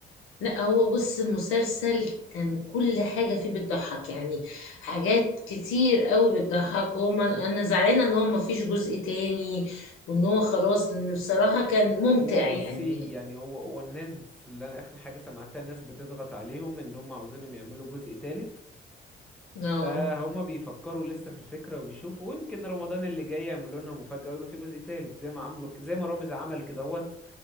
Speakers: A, on the left (about 80°); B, in the centre.
A: لا هو بص المسلسل كان كل حاجة فيه بتضحك يعني حاجات كتير قوي بتضحك هو ما انا زعلانة ان هو ما فيش جزء تاني وان هو خلاص لان بصراحة كان ممتع
B: هو بصي
A: يعني
B: يعني هو هو الناس اللي انا اخر حاجه سمعتها الناس بتضغط عليهم ان هم عاوزينهم يعملوا جزء تالت
A: اه
B: فهما بيفكروا لسه في الفكره وبيشوفوا ويمكن رمضان اللي جاي يعملوا لنا مفاجاه ويبقى في جزء تالت زي ما عملوا زي ما رامز عمل كدهوت